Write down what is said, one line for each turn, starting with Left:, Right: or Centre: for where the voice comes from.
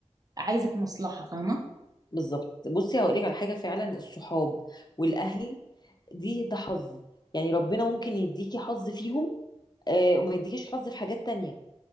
Right: عايزك مصلحة فاهمة
Left: بالظبط بصي هقول لك على حاجه فعلا الصحاب والاهل دي ده حظ يعني ربنا ممكن يديكي حظ فيهم آه وما يديكيش حظ في حاجات تانية